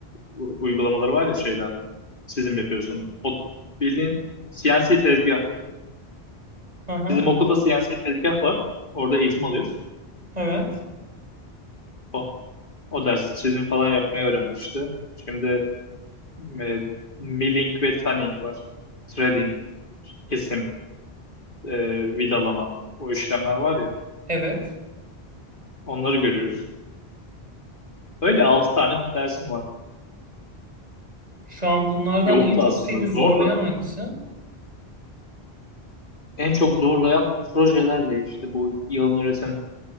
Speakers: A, on the left; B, on the right.
A: u- uygulamaları var ya şeyler. Çizim yapıyorsun. O bildiğin CNC tezgah.
B: Aha.
A: Bizim okulda CNC tezgah var. Orada eğitim alıyoruz.
B: Evet.
A: O, o ders çizim falan yapmayı öğrendik işte. Şimdi e, milling ve tanning var. Threading, kesim, e, vidalama o işlemler var ya.
B: Evet.
A: Onları görüyoruz. Öyle 6 tane dersim var.
B: Şu an bunlardan
A: Yoğun
B: en
A: da
B: çok
A: aslında
B: seni zorlayan
A: zor da
B: hangisi?
A: en çok zorlayan projelerle işte bu yalın öğretim